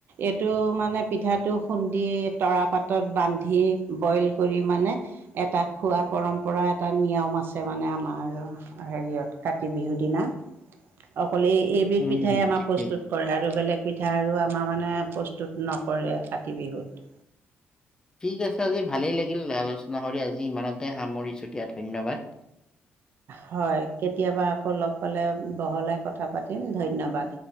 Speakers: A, on the right; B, on the left.
A: এইটো মানে পিঠাটো খুন্দি তৰা পাতত বান্ধি বইল কৰি মানে এটা খোৱা পৰম্পৰা এটা নিয়ম আছে মানে আমাৰ হেৰিয়ত কাতি বিহুৰ দিনা অকল এই এইবিধ
B: উম
A: পিঠাই
B: উম
A: আমাৰ প্ৰস্তুত
B: ঠিক
A: কৰে আৰু বেলেগ পিঠা আৰু আমাৰ মানে প্ৰস্তুত নকৰে কাতি বিহুত।
B: ঠিক আছে আজি ভালেই লাগিল আলোচনা কৰি আজি ইমানতে সামৰিছো দিয়া ধন্যবাদ।
A: হয় কেতিয়াবা আকৌ লগ পালে বহলাই কথা পাতিম ধন্যবাদ।